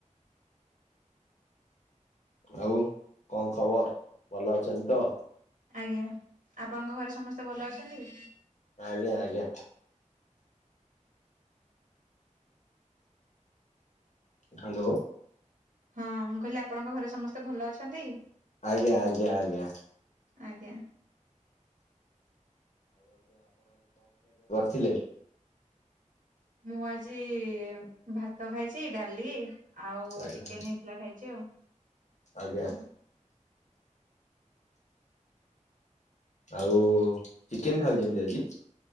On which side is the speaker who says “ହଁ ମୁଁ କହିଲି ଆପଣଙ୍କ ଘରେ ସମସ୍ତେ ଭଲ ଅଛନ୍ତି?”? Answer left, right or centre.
Right